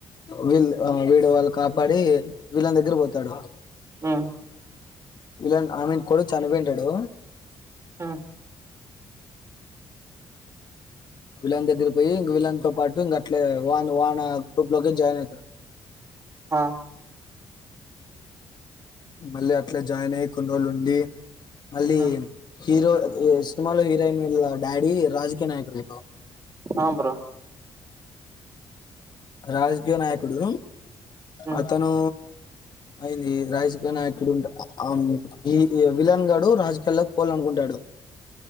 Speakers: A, on the left; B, on the right.
A: వీల్ వీడు వాళ్ళు కాపాడి విలన్ దగ్గరకి పోతాడు
B: హ్మ
A: విలన్ అయిమీన్ కొడుకు చనిపోయినటాడు
B: ఆ
A: విలాన్ దగ్గరికి పోయి ఇంక విలాన్ తో పాటు ఇంక అట్లే వాన్ వాన గ్రూప్ లోకి జాయిన్ అవుతారు
B: ఆ
A: మళ్ళీ అట్లే జాయిన్ అయి కొన్నిరోజులు ఉండి మళ్ళీ
B: ఉమ్
A: హీరో ఈ సినిమాలో హీరోయిన్ వీళ్ళ డాడీ రాజకీయ నాయకుడు బ్రో
B: ఆ బ్రో
A: రాజకీయ నాయకుడు
B: ఉమ్
A: అతను ఐంది రాజకీయ నాయకుడు ఉంట ఆ ఈ విలన్గాడు రాజకీయాల్లోకి పోాలనుకుంటాడు